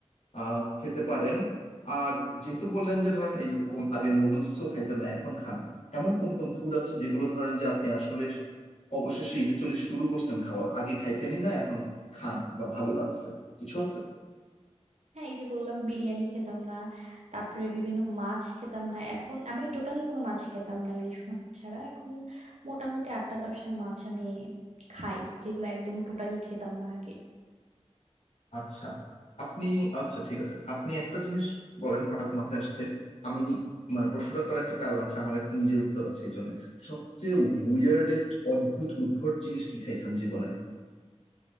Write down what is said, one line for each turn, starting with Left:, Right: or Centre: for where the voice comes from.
Left: আহ খেতে পারেন আর যেহেতু বললেন যে ধরেন এই রকম আগে নুডলসও খাইতেন না এখন খান এমন কোন কোন ফুড আছে যেগুলো ধরেন যে আপনি আসলে অবশেষে ইভেনচুয়ালি শুরু করছেন খাওয়া আগে খাইতেনই না এখন খান বা ভালো লাগছে কিছু আছে
Right: হ্যাঁ এই যে বললাম বিরিয়ানি খেতাম না তারপরে বিভিন্ন মাছ খেতাম না এখন আমি টোটালি কোনো মাছ খেতাম না ইলিশ মাছ ছাড়া এখন মোটামুটি আটটা দশটা মাছ আমি খাই যেগুলো একদম টোটালি খেতাম না আগে
Left: আচ্ছা আপনি আচ্ছা ঠিক আছে আপনি একটা জিনিস বলেন হঠাৎ মাথায় আসছে আমি মানে প্রশ্নটা করার একটা কারণ আছে আমার একটা নিজের উত্তর আছে এই জন্য সবচেয়ে উইয়ার্ডেস্ট অদ্ভুত উদ্ভট জিনিস কি খাইছেন জীবনে